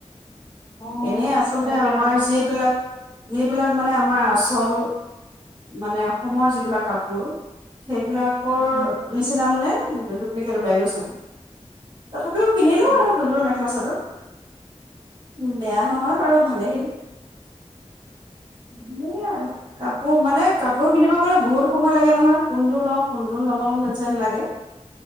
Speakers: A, on the left; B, on the right.
A: অ
B: এনেই আছো আচলতে
A: হয় দিয়া
B: আমাৰ যিবিলাক যিবিলাক মানে আমাৰ আচল মানে অসমৰ যিবিলাক কাপোৰ সেইবিলাকৰ
A: উম
B: নিচিনা মানে এখেত ওলাই গৈছে তথাপিও কিনিলোঁ
A: উম
B: আৰু দুযোৰ মেখেলা চাদৰ উম, বেয়া নহয় বাৰু, ভালেই।
A: উম
B: এনেই আৰু । কাপোৰ মানে কাপোৰ কিনিব গ'লে বহুত সময় লাগে নহয়। কোনযোৰ লওঁ, কোনযোৰ নলওঁ যেন লাগে।